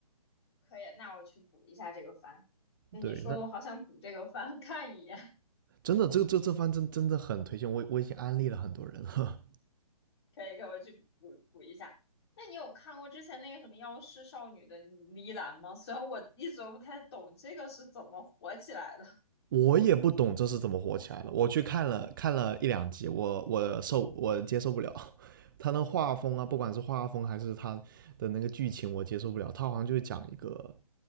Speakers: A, on the left (about 45°); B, on the right (about 35°).
A: 可以，那我去补一下这个番。对你说的，
B: 对，那
A: 我好想补这个番，<laughs> 看一眼。
B: 真的，这个这这番真真的很推荐，我我已经安利了很多人了。
A: 可以，可以，我去补补一下。那你有看过之前那个什么《妖师少女》的呢喃吗？虽然我一直都不太懂这个是怎么火起来的。<laughs>
B: <laughs> 我也不懂这是怎么火起来了，我去看了看了一两集，我我受我接受不了，<laughs> 他那画风啊，不管是画风还是他的那个剧情，我接受不了。他好像就是讲一个